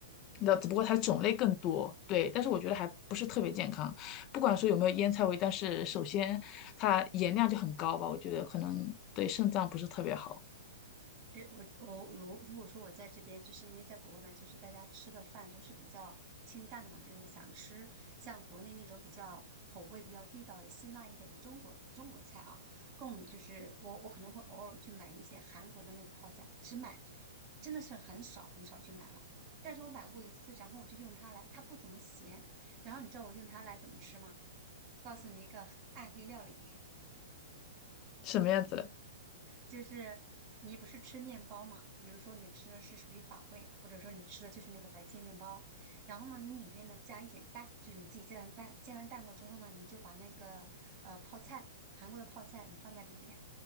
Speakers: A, on the left; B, on the right.
A: 那只不过它的种类更多，
B: 哎，
A: 对，但是我觉得还不是特别健康。不管说有没有腌菜味，但是首先它盐量就很高吧，我觉得可能对肾脏不是特别好。
B: 这我我如如果说我在这边，就是因为在国外嘛，就是大家吃的饭都是比较清淡的嘛，就是想吃像国内那种比较口味比较地道的辛辣一点的中国中国菜啊，更就是我我可能会偶尔去买一些韩国的那个泡菜，只买真的是很少很少去买了。但是我买过一次，然后我就用它来，它不怎么咸。然后你知道我用它来怎么吃吗？告诉你一个暗黑料理。
A: 什么样子的？
B: 就是你不是吃面包嘛？比如说你吃的是属于法棍，或者说你吃的就是那个白切面包，然后呢，你里面呢加一些蛋，就是你自己煎完蛋，煎完蛋过之后呢，你就把那个呃泡菜，韩国的泡菜你放在里面，